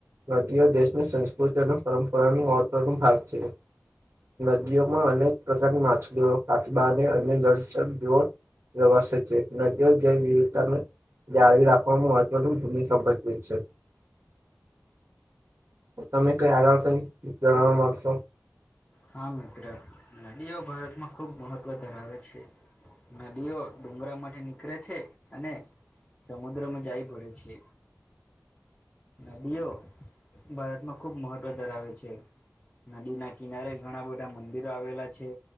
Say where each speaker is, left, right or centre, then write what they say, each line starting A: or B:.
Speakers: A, on the right (about 60°); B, on the left (about 25°).
A: નદીઓ દેશની સંસ્કૃતિ અને પરંપરાનું મહત્વનો ભાગ છે. નદીઓમાં અનેક પ્રકારની માછલિયો કાચબા અને અન્ય જળ- વસે છેને જ્યો જય જીવતનું- જાળવી રાખવામાં મહત્વનું ભૂમિકા ભજવી છે. તમે કઈ આગળ કઈ જણાવવા માંગશો-
B: હા મિત્ર નદીઓ ભારતમાં ખુબ મહત્વ ધરાવે છે નદીઓ ડુંગરા માંથી નીકળે છે અને સમુદ્રમાં જાય પડે છે નદીઓ ભારતમાં ખુબ મહત્વ ધરાવે છે નદી ના કિનારે- ઘણા બધા મંદિરો આવેલા છે.